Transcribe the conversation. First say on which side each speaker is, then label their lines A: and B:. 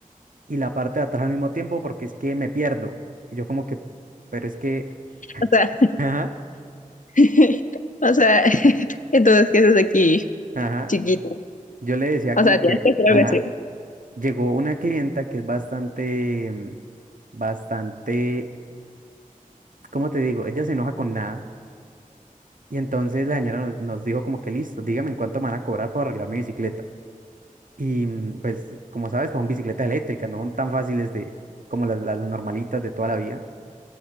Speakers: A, on the right; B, on the left.
A: y la parte de atrás al mismo tiempo porque es que me pierdo. Y yo como que, pero es que,
B: O sea,
A: ajá,
B: <laughs> o sea, <laughs> entonces, ¿qué haces aquí,
A: ajá.
B: chiquito?
A: Yo le decía
B: O
A: como
B: sea,
A: que,
B: tienes que hacer
A: ajá.
B: algo así.
A: Llegó una clienta que es bastante, mm, bastante, ¿cómo te digo? Ella se enoja con nada. Y entonces la señora nos, nos dijo como que listo, dígame en cuánto me van a cobrar por arreglar mi bicicleta. Y mm, pues, como sabes, pues, son bicicletas eléctricas, no son tan fáciles de, como las, las normalitas de toda la vida.